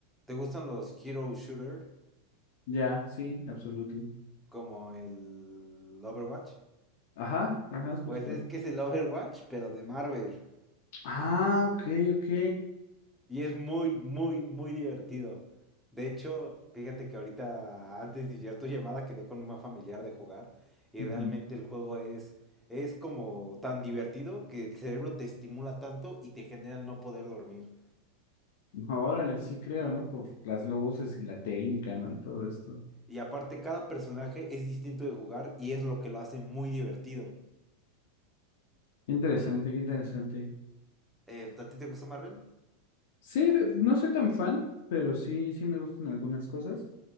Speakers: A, in the centre; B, on the left.
A: ¿Te gustan los Hero Shooter
B: Ya, sí, absolutely.
A: como el Overwatch?
B: Ajá, ajá, es justo.
A: Pues es que es el Overwatch, pero de Marvel.
B: Ah, ok, ok.
A: Y es muy, muy, muy divertido. De hecho, fíjate que ahorita, antes de llegar tu llamada, quedé con una familiar de jugar. Y
B: Ujú.
A: realmente el juego es, es como tan divertido que el cerebro te estimula tanto y te genera el no poder dormir.
B: Órale, sí creo, ¿no? Por las luces y la técnica, ¿no? Y todo esto.
A: Y aparte, cada personaje es distinto de jugar y es lo que lo hace muy divertido.
B: Interesante, qué interesante.
A: Eh, ¿A ti te gusta Marvel?
B: Sí, ve- no soy tan fan, pero sí, sí me gustan algunas cosas.